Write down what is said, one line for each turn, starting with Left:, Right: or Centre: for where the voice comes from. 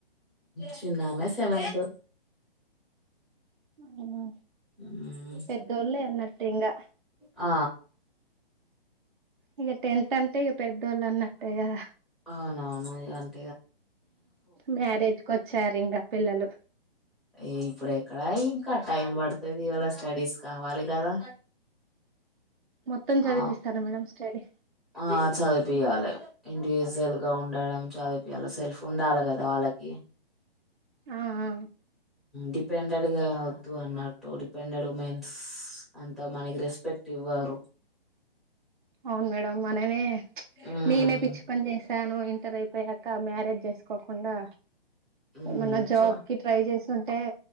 Centre: చిన్న ఆమె సెవెంత్
Right: అవునా
Centre: ఉమ్
Right: పెద్దోళ్ళె ఎల్ న్నట్టు ఇంగా
Centre: ఆ
Right: ఇగ టెంత్ అంతే ఇగ పెద్దోళ్ళన్నట్టే గద
Centre: అనానుయ్యగాని
Right: మ్యారేజ్కి వచ్చారు ఇంగ పిల్లలు
Centre: ఏ ఇప్పుడు ఎక్కడ ఇంకా టైం పడుతది ఇవాళ స్టడీస్ కావాలి కదా
Right: మొత్తం చదివిపిస్తార
Centre: ఆ
Right: మేడం స్టడీ
Centre: ఆ చదిపియాలి ఇండివిజ్వల్ గా ఉండడం చదిపియాలి సెల్ఫ్ ఉండాలి గదా వాళ్ అకి
Right: ఆ ఆ
Centre: డిపెండెడ్గా వద్దు అన్నట్టు డిపెండెడ్ ఉమెన్స్ అంతా మనగిరెస్ ఎపెక్ట్ ఇవ్వారు
Right: అవును మేడం మనమే
Centre: ఉమ్
Right: నేనే పిచ్చి పని చేసాను ఇంటర్ అయిపోయా ఇంకా మ్యారేజ్ జేస్కోకుండా
Centre: ఉమ్
Right: ఏమన్నా జాబ్
Centre: చ
Right: కి ట్రై చేసి ఉంటే